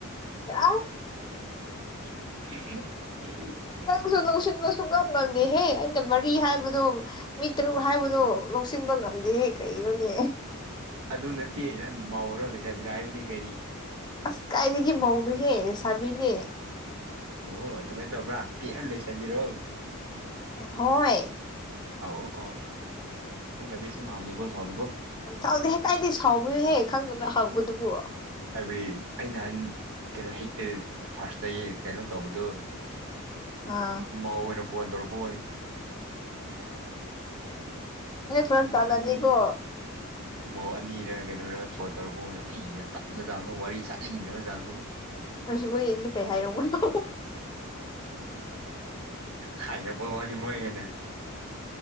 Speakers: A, on the left (about 20°); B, on the right (about 85°).
A: ꯑ
B: <unintelligible>
A: ꯆꯪꯁꯨ ꯂ ꯂꯧꯁꯤꯟ ꯂꯁꯨ ꯀꯝꯒꯗꯦ ꯍꯦ ꯃꯤꯅ ꯃꯔꯤ ꯍꯥꯏꯕꯗꯣ ꯃꯤ ꯇꯔꯨꯛ ꯍꯥꯏꯕꯗꯣ ꯂꯧꯁꯤꯟꯕ ꯉꯝꯗꯦ ꯀꯒꯤꯅꯣꯅꯦ
B: ꯑꯗꯨ ꯅꯠꯇꯦ ꯅꯪ ꯃꯥꯧꯔ ꯂꯩꯁꯥꯕꯤꯔꯥ ꯍꯥꯏꯕꯅꯤ ꯀꯔꯤ
A: ꯑꯁ ꯀꯥꯏꯗꯒꯤ ꯃꯧꯅꯨꯍꯦ ꯔꯦꯁꯥꯕꯤꯅꯦ
B: ꯑꯣ ꯑꯗꯨꯃꯥꯏꯅ ꯇꯧꯕ꯭ꯔꯥ ꯄꯦꯑ ꯂꯩꯁꯕꯤꯔꯛꯣ
A: ꯍꯣꯏ
B: ꯑ ꯑꯣ ꯈꯪꯗꯕꯤ ꯁꯨꯝ ꯍꯥꯎꯅꯤꯀꯣ ꯁꯥꯎꯗꯀꯣ
A: ꯆꯥꯎꯥꯎꯗ ꯍꯦꯛ ꯀꯥꯏꯩ ꯁꯥꯎꯕꯅꯣꯍꯦꯛ ꯈꯪꯗꯅ ꯍꯪꯕꯗꯨꯕꯨ
B: ꯍꯥꯏꯕꯗꯤ ꯑꯩ ꯅꯍꯥꯟ ꯀꯩꯅꯣ ꯍꯦꯛꯇ ꯐꯥꯔꯁꯇ ꯀꯩꯅꯣ ꯇꯧꯕꯗꯣ
A: ꯑꯥ
B: ꯃꯥꯎ ꯑꯣꯏꯅ ꯐꯣꯟ ꯇꯧꯔꯛꯄꯣꯅꯤ
A: ꯑꯩ ꯐꯔꯛ
B: ꯃ
A: ꯇꯥꯅꯅꯤꯀꯣ
B: ꯑꯅꯤ ꯃ ꯑꯅꯤꯔ ꯀꯩꯅꯣꯔ ꯐꯣꯟ ꯇꯧꯔꯛꯄ ꯑꯩꯒ ꯇꯠꯕ ꯆꯥꯡꯗꯣ ꯋꯥꯔꯤ ꯁꯥꯅꯤꯡꯗꯕ ꯆꯥꯡꯗꯣ ꯎ
A: ꯑ ꯃꯣꯏꯅ ꯑꯗꯨꯗꯤ ꯀꯩ ꯍꯥꯏꯔꯨꯕ꯭ꯔꯣ
B: ꯈꯥꯏꯅ ꯄꯣ ꯋꯥꯅꯤ ꯃꯣꯏꯦꯅ